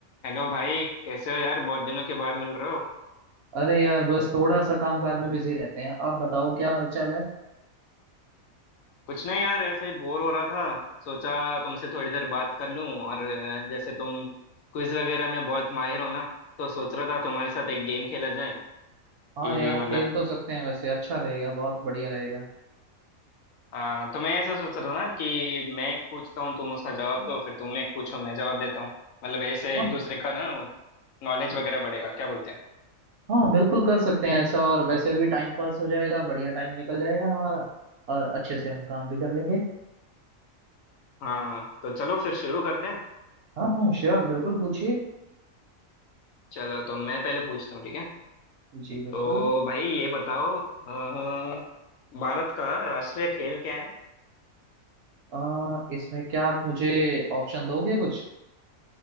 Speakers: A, on the left; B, on the right.
A: Hello भाई कैसे हो यार बहुत दिनों के बाद मिल रहे हो
B: अरे यार बस थोड़ा सा कामकाज में बिजी रहते हैं आप बताओ क्या हालचाल है
A: कुछ नहीं यार ऐसे ही बोर हो रहा था सोचा तुमसे थोड़ी देर बात कर लूं और अ, जैसे तुम क्विज वगैरह में बहुत माहिर हो ना तो सोच रहा था तुम्हारे साथ एक गेम खेला जाए
B: हाँ
A: कि
B: यार
A: मतलब
B: खेल तो सकते हैं वैसे अच्छा रहेगा बहुत बढ़िया रहेगा
A: अ, तो मैं ऐसा सोच रहा था ना कि मैं एक पूछता हूँ तुम उसका जवाब दो फिर तुम एक पूछो मैं जवाब देता हूँ मतलब ऐसे
B: हाँ
A: एक दूसरे का ना नॉलेज वगैरह बढ़ेगा क्या बोलते हैं
B: हाँ बिल्कुल कर सकते हैं ऐसा और वैसे भी टाइम पास हो जाएगा बढ़िया टाइम निकल जाएगा हमारा और अच्छे से हम काम भी कर लेंगे
A: हाँ तो चलो फिर शुरू करते हैं
B: हाँ हाँ श्योर बिल्कुल पूछिए
A: चलो तो मैं पहले पूछता हूँ ठीक है
B: जी बिल्कुल
A: तो भाई ये बताओ अ, भारत का राष्ट्रीय खेल क्या है
B: आ, इसमें क्या आप मुझे ऑप्शन दोगे कुछ